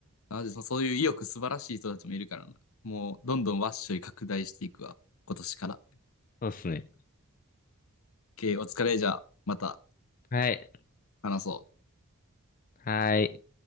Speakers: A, on the left (about 70°); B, on the left (about 40°).
A: なのでそそういう意欲素晴らしい人たちもいるからな。もう、どんどんワッショイ拡大していくわ。今年から。
B: そうっすね。
A: OK、お疲れじゃあ、また
B: はい。
A: 話そう。
B: はい。